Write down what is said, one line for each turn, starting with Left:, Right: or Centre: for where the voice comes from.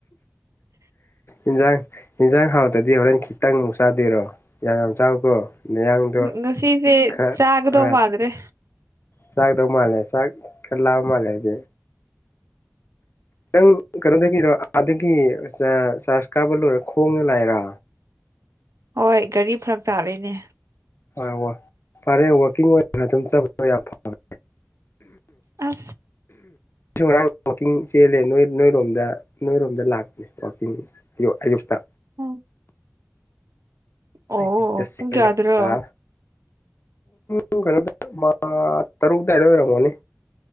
Left: ꯏꯟꯁꯥꯡ ꯏꯟꯁꯥꯡ ꯍꯥꯎꯇꯗꯤ ꯍꯣꯔꯦꯟ ꯈꯤꯇꯪꯃꯨꯛ ꯆꯥꯗꯣꯏꯔꯣ ꯌꯥꯝ ꯌꯥꯝ ꯆꯥꯎꯀꯣ ꯅꯌꯥꯡꯗꯣ
Right: ꯉꯁꯤꯁꯦ
Left: ꯈꯔ
Right: ꯆꯥꯒꯗꯧ
Left: ꯑꯥꯏ
Right: ꯃꯥꯟꯗ꯭ꯔꯦ
Left: ꯆꯥꯛꯗꯧ ꯃꯥꯜꯂꯦ ꯆꯥꯛ ꯀꯥ ꯂꯥꯝꯃꯥꯂꯩꯔꯦ ꯅꯪ ꯀꯩꯅꯣꯗꯒꯤꯔꯣ ꯑꯗꯒꯤ ꯆꯥ ꯆꯥꯔꯖ ꯀꯥꯕ ꯂꯣꯏꯔ ꯈꯣꯡꯅ ꯂꯥꯏꯔꯥ
Right: ꯍꯣꯏ ꯒꯥꯔꯤ ꯐꯥꯔꯛ ꯇꯥꯔꯦꯅꯦ
Left: ꯍꯣꯏ ꯍꯣꯏ ꯐꯔꯦ ꯋꯀꯤꯡ ꯑꯣꯏꯅ ꯑꯗꯨꯝ ꯆꯠꯗ ꯌꯥꯝ ꯐꯔꯦ
Right: ꯑꯁ
Left: ꯑꯩꯁꯨ ꯉꯔꯥꯡ ꯋꯥꯛꯀꯤꯡ ꯆꯦꯜꯂꯦ ꯅꯣꯏ ꯅꯣꯏꯔꯣꯝꯗ ꯅꯣꯏꯔꯣꯝꯗ ꯂꯥꯛꯄꯅꯦ ꯋꯥꯛꯀꯤꯡ ꯥꯑꯌꯛ ꯑꯌꯨꯛꯇ
Right: ꯎꯝ ꯑꯣ
Left: ꯑꯌꯨꯛꯇ ꯆꯦꯜꯂꯒ
Right: ꯄꯨꯡ ꯀꯌꯥꯗꯔꯣ
Left: ꯄꯨꯡ ꯀꯩꯅꯣ ꯃꯥ ꯇꯔꯨꯛ ꯗꯥꯏꯗ ꯑꯣꯏꯔꯝꯒꯅꯤ